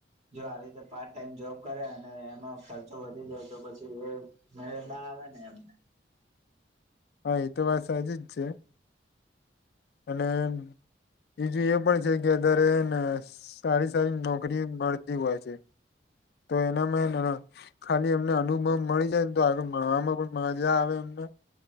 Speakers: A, on the right; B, on the left.
A: જો આવી રીતે પાર્ટ ટાઈમ જો કરે અને એમાં ખર્ચો વધી જાય તો પછી એ મેળ ના આવે ને એમને
B: હા એ તો વાત સાચી જ છે. અને બીજું એ પણ છે કે અત્યારે અ ન સારી સારી નોકરી મળતી હોય છે. તો એનામાં એન ખાલી એમને અનુભવ મળી જાયને તો આગળ મળવામાં પણ મજા આવે એમ અને